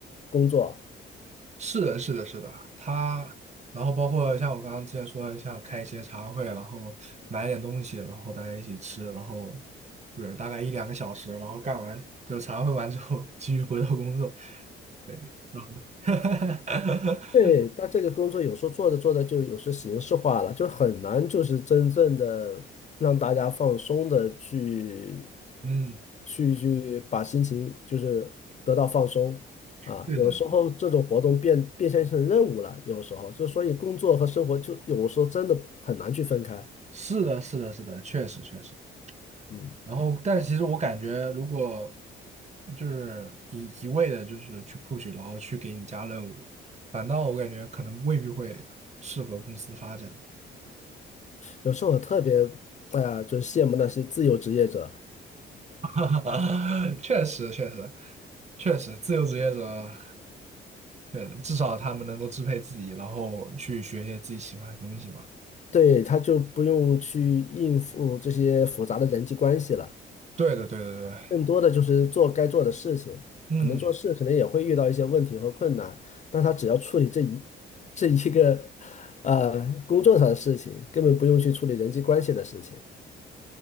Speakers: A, on the left; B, on the right.
A: 工作。
B: 是的，是的，是的，他，然后包括像我刚刚之前说的，像开一些茶会，然后买点东西，然后大家一起吃，然后对，大概一两个小时，然后干完就茶会完之后，继续回到工作。对，<laughs>
A: 对，但这个工作有时候做着做着就有时形式化了，就很难就是真正的让大家放松的去
B: 嗯，
A: 去去把心情就是得到放松啊。
B: 对的，
A: 有时候这种活动变变现成任务了，有时候就所以工作和生活就有时候真的很难去分开。
B: 是的，是的，是的，确实，确实。
A: 嗯
B: 然后，但其实我感觉，如果就是一一味的，就是去 push，然后去给你加任务，反倒我感觉可能未必会适合公司发展。
A: 有时候我特别，哎呀，就是羡慕那些自由职业者，
B: <laughs> 确实，确实，确实，自由职业者，确实，至少他们能够支配自己，然后去学一些自己喜欢的东西嘛。
A: 对，他就不用去应付这些复杂的人际关系了，
B: 对的，对的，对的
A: 更多的就是做该做的事情。
B: 嗯，
A: 可能做事可能也会遇到一些问题和困难，但他只要处理这一这一个呃工作上的事情，根本不用去处理人际关系的事情